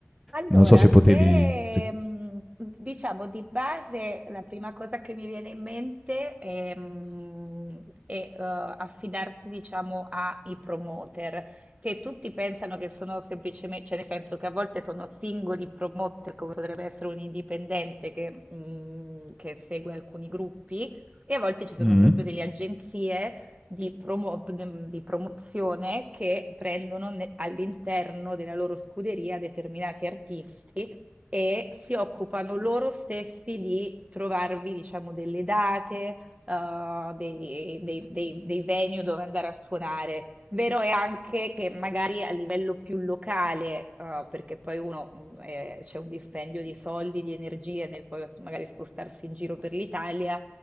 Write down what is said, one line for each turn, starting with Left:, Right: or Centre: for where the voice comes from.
Right: Allora,
Centre: Non so se
Right: se
Centre: potevi se
Right: mhmm, mhmm, diciamo di base la prima cosa che mi viene in mente, ehm, è, uhm, affidarsi diciamo ai promoter, che tutti pensano che sono semplicemen cioè nel senso che a volte sono singoli promoter, come potrebbe essere un indipendente che mhmm, che segue alcuni gruppi, e a volte ci sono
Centre: mh,
Right: proprio delle agenzie di, promo- dem- di promozione che prendono ne- all'interno della loro scuderia determinati artisti e si occupano loro stessi di trovarvi, diciamo, delle date, eh, dei, dei, dei dei venue dove andare a suonare. Vero è anche che magari a livello più locale, eh, perché poi uno mh, eh, c'è un dispendio di soldi, di energie nel poi magari spostarsi in giro per l'Italia,